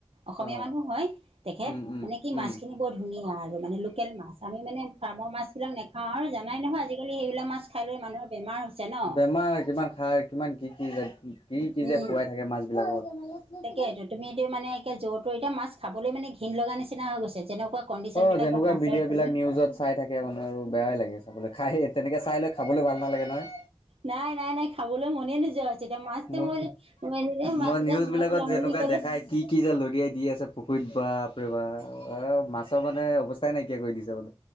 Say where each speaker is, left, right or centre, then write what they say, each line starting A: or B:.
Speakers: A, on the right; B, on the left.
A: অসমীয়া
B: অ
A: মানুহ হয়। তেখেত
B: উম উম
A: মানে কি
B: উম
A: মাছখিনি বৰ ধুনীয়া আৰু মানে লোকেল মাছ আমি মানে ফাৰ্মৰ মাছবিলাক ন হ আৰু জানাই নহয় আজিকালি সেইবিলাক মাছ খাই লৈ মানুহৰ বেমাৰ হৈছে ন।
B: কি কিমান খাৰ কিমান কি - কি যে কি - কি
A: উম
B: যে খুৱাই থাকে মাছ বিলাকক।
A: তাকেইটো তুমি এইটো মানে এতিয়া য'ৰ তৰ এতিয়া মাছ খাবলৈ মানে ঘিনণ লগা নিচিনা হৈ গৈছে যেনেকুৱা কণ্ডিশ্যন
B: অ,
A: বিলাকৰ
B: যেনেকুৱা
A: মাছৰ
B: ভিডিঅ'
A: খিনি
B: বিলাক নিউজত চাই থাকে মানে আৰু বেয়াই লাগে। বাবলৈ খাই তেনেকৈ চাই লৈ খাবলৈ ভাল নালাগে নহয়।
A: নাই- নাই- নাই খাবলৈ মনে নোযোৱা যেতিয়া মাছ দিম
B: মই
A: বুলি
B: মই নিউজ
A: মাছ
B: বিলাকত
A: লম
B: যেনেকুৱা
A: বুলি ক'লে
B: দেখাই কি কি যে লদিয়াই দি আছে পুখুৰীত বাপৰে বাপ মাছৰ মানে অৱস্থাই নাইকিয়া কৰি দিছে বোলে।